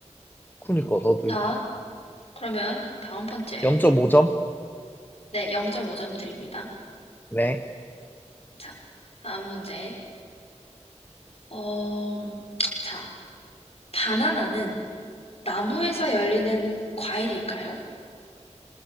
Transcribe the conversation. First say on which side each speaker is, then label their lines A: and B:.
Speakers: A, on the left; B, on the left.
A: 그러니까, 나도
B: 자,
A: 이거.
B: 그러면 다음 번째.
A: 0.5점?
B: 네, 0.5점 드립니다.
A: 네.
B: 자, 다음 문제. 어, 자, 바나나는 나무에서 열리는 과일일까요?